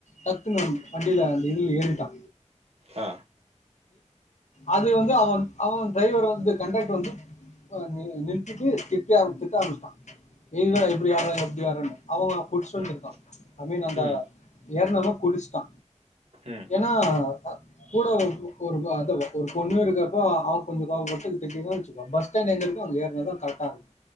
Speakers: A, on the left; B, on the right.
A: டக் க்குன்னு வண்டியில அந்த இதுல ஏறிட்டா
B: ஆ
A: அது வந்து அவன் அவ டிரைவர் வந்து கண்ரெட்ரு வந்து ப்பா நி நிறுத்திட்டு திட்டே ஆரம் திட்ட ஆரம்பிச்சிட்டா எல்லா
B: ம்
A: எப்டி ஆட்றா எப்டி ஆட்றான்னு அவங்க புச்சு வந்துருக்கா
B: ம்
A: ஐ மீன் அந்த
B: ம்
A: ஏர்னவே குடிச்ட்டா
B: ம்
A: ஏனா அ கூட ஓ ஒரு அத ஒரு பொண்ணு இருக்கப்ப அவ கொஞ்ச கோவப்பட்டு திட்டுனா வச்சுக்கோ பஸ்டா ன்டு எங்க இருக்கோ அங்க ஏர்னா கரக்டாருக்கு